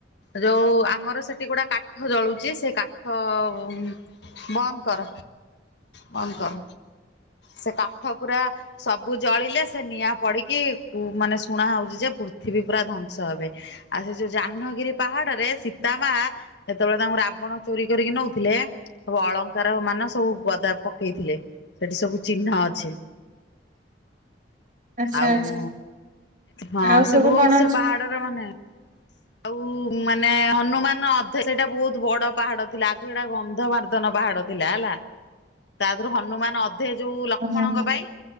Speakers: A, on the left (about 70°); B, on the right (about 50°).
A: ଯୋଉ ଆମର ସେଠି ଗୋଡା କାଠ ଜଳୁଛି ସେ କାଠ ଉମ ବନ୍ଦ କର ବନ୍ଦ କର ସେ କାଠ ପୁରା ସବୁ ଜଳିଲେ ସେ ନିଆଁ ପଡିକି ମାନେ ଶୁଣା ହୋଉଚି ଯେ ପୃଥିବୀ ପୁରା ଧ୍ଵଂସ ହେବେ। ଆଉ ସେ ଯୋଉ ଜାହ୍ନଗିରି ପାହାଡରେ ସୀତାମା ଯେତେବେଳେ ତାଙ୍କୁ ରାବଣ ଚୋରି କରିକି ନଉଥିଲେ ସବୁ ଅଳଙ୍କାର ମାନ ସବୁ ଗଦା ପକେଇଥିଲେ ସେଠି ସବୁ ଚିହ୍ନ ଅଛି
B: ଆଚ୍ଛା
A: ଆଉ
B: ଆଚ୍ଛା।
A: ହଁ
B: ଆଉ ସବୁ
A: ସେ ବୋହୁତ
B: କଣ
A: ସେ
B: ଅଛି?
A: ପାହାଡରେ ମାନେ ଆଉ ମାନେ ହନୁମାନ ଅଧେ ସେଇଟା ବହୁତ ବଡ ପାହାଡ ଥିଲା ଆଗୁ ଏଟା ଗନ୍ଧ ମାରଦ୍ ନୁତନ ପାହାଡ ଥିଲା ହେଲା ତା ଦେହରୁ ହନୁମାନ ଅଧେ ଯୋଉ ଲକ୍ଷ୍ମଣଙ୍କ
B: ହଁ
A: ପାଇଁ